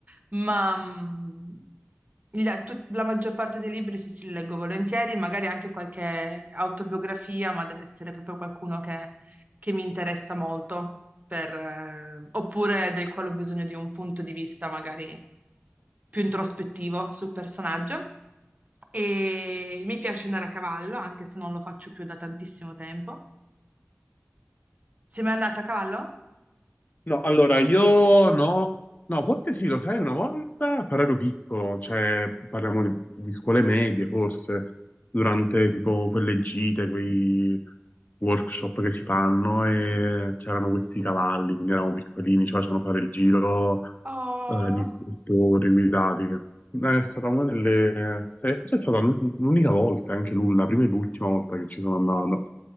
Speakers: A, on the right; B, on the left.
A: ma mm, il- tut- la maggior parte dei libri sì, sì, li leggo volentieri, magari anche qualche autobiografia, ma deve essere proprio qualcuno che, che mi interessa molto, per, eh, oppure del quale ho bisogno di un punto di vista magari più introspettivo sul personaggio. E mi piace andare a cavallo, anche se non lo faccio più da tantissimo tempo. Sei mai andato a cavallo?
B: No, allora io no, no, forse sì, lo sai, una volta, però ero piccolo, cioè parliamo di, di scuole medie, forse, durante tipo quelle gite, quei workshop che si fanno e c'erano questi cavalli, quindi eravamo piccolini, ci facevano fare il giro
A: Oh.
B: eh, gli istruttori guidati. Eh, È stata una delle... se- forse è stata l'un- l'unica volta, anche l'u- la prima e l'ultima volta che ci sono andato.